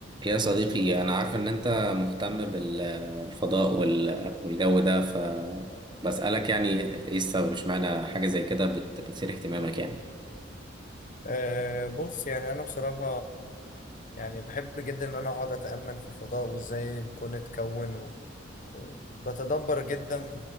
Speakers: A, on the right (about 25°); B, on the left (about 40°).
A: يا صديقي أنا عارف إن أنت مهتم بالفضاء والجو ده فبسألك يعني إيه السبب إشمعنى حاجة زي كده بت- بتثير اهتمامك يعني
B: أه بص يعني أنا بصراحة يعني بحب جدا إن أنا أقعد أتأمل في الفضاء وإزاي الكون اتكون بتدبر جدا